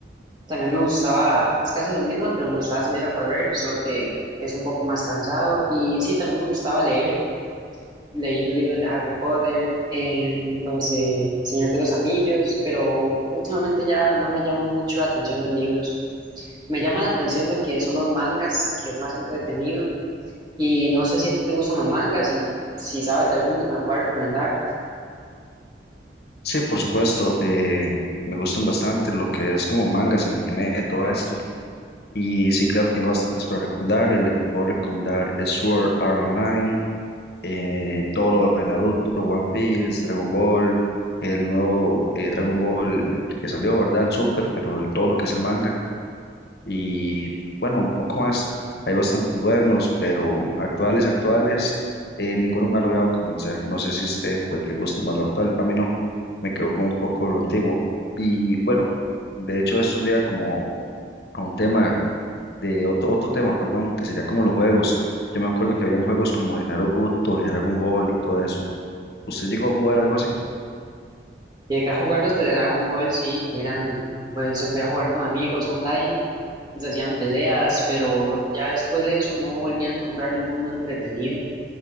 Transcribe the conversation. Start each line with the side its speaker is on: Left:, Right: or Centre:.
Right: También me gustaba, es casi lo mismo, pero me gustaba salir a correr, solo que es un poco más cansado. Y sí, también me gustaba leer. Leí los libros de Harry Potter, em, los de Señor de los Anillos, pero últimamente ya no me llaman mucho la atención los libros. Me llama la atención lo que son los mangas, que es más entretenido y no sé si a ti te gustan los mangas y si sabes de alguno que me puedas recomendar.
Left: Sí, por supuesto. eh, me gustan bastante lo que es como mangas, anime, todo esto Y sí, claro, tengo bastantes para recomendarle. Le puedo recomendar eh, Sword Art Online, eh, todo lo de Naruto, One Piece, Dragon Ball, el nuevo eh, Dragon Ball que salió, ¿verdad? El Super, pero el- todo lo que es el manga. Y bueno, un poco más. Hay bastantes buenos, pero actuales, actuales, eh, ninguno me ha logrado convencer. No sé si a usted pues, le guste más lo actual. A mí no, me quedo con un poco lo antiguo. Y bueno, de hecho, esto llega como a un tema de otro, otro tema, perdón, que sería como los juegos. Yo me acuerdo que habían juegos como de Naruto, de Dragon Ball y todo eso. ¿Usted llegó a jugar algo así?
Right: Llegué a jugar los de Dragon Ball, sí, que eran, pues se podía jugar con amigos online, y se hacían peleas, pero ya después de eso no volví a encontrar ninguno entretenido.